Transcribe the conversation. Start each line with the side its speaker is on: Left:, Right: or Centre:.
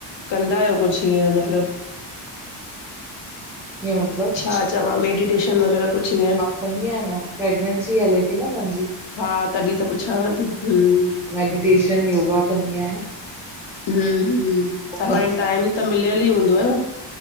Left: कंदा आयो। कुुछ इएं मतलब
Centre: कीअं मतलब
Left: छा चवां? मेडिटेशन वग़ैरह कुछ ईएंं
Centre: अंधी आयां मां, प्रेगनेंसी हले ती न मुंजी।
Left: हा, तॾी त पुछांव ती हम।
Centre: मेडिटेशन योगा कंदी आहियां न।
Left: हूं, हूं त
Centre: कंदी
Left: हाणे
Centre: आहियां।
Left: टाइम त मिलयल ई हूंदव न।